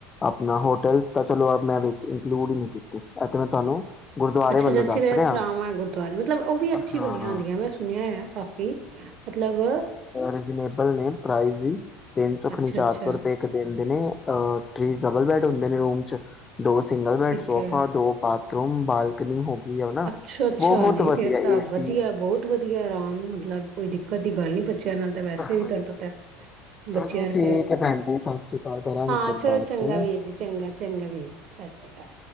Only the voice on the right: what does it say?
ਅੱਛਾ
ਅੱਛਾ
ਸਰਾਵਾਂ ਹੈ ਗੁਰਦੁਆਰੇ ਉਹ ਵੀ ਅੱਛੀ
ਬਣੀ ਹੁੰਦੀ ਮੈਂ ਸੁਣਿਆ ਆ ਕਾਫੀ ਮਤਲਬ
ਅੱਛਾ
ਅੱਛਾ
ਠੀਕ
ਹੈ
ਅੱਛਾ ਅੱਛਾ
ਨਹੀਂ
ਫਿਰ ਤਾਂ
ਵਧੀਆ ਬਹੁਤ ਵਧੀਆ ਆਰਾਮ ਮਤਲਬ ਕੋਈ ਦਿੱਕਤ ਦੀ ਗੱਲ ਨਹੀਂ। ਬੱਚਿਆਂ ਨਾਲ ਤਾਂ ਵੈਸੇ
ਵੀ ਤੁਹਾਨੂੰ ਪਤਾ
ਬੱਚਿਆਂ
ਸਿਰ
ਹਾਂ ਚਲੋ
ਹਾਂ ਚਲੋ
ਚੰਗਾ
ਵੀਰ ਜੀ ਚੰਗਾ ਚੰਗਾ ਵੀਰ ਸਤਿ ਸ਼੍ਰੀ ਅਕਾਲ